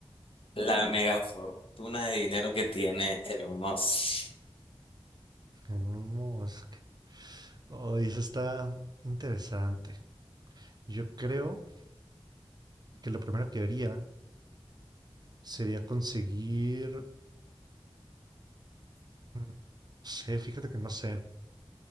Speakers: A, on the left; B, on the right.
A: la mega fortuna de dinero que tiene Elon Musk?
B: Elon Musk. Oh, eso está interesante. Yo creo que lo primero que haría sería conseguir. mm, no sé, fíjate que no sé.